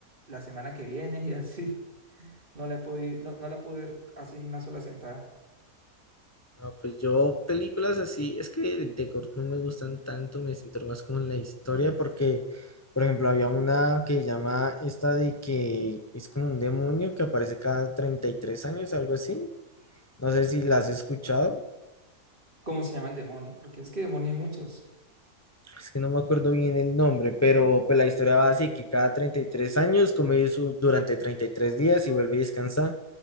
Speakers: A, on the right; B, on the left.
A: la semana que viene y así. No la he podido, no, no la pude ver así en una sola sentada.
B: No, pues yo películas así, es que de corto no me gustan tanto, me centro más como en la historia porque, por ejemplo, había una que llama esta de que es como un demonio que aparece cada 33 años, algo así. No sé si la has escuchado,
A: ¿Cómo se llama el demonio? Porque es que demonios hay muchos.
B: es que no me acuerdo bien el nombre, pero pues la historia va así, que cada 33 años come su, durante 33 días y vuelve a descansar